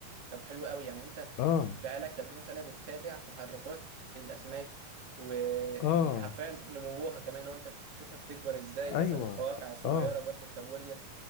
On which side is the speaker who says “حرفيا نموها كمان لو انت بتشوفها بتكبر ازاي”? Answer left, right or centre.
Right